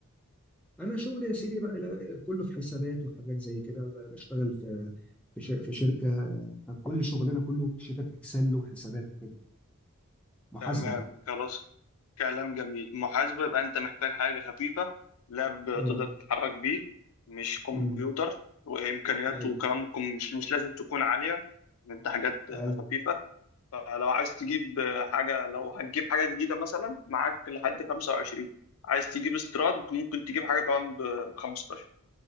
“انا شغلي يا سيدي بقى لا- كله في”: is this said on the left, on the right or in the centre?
Centre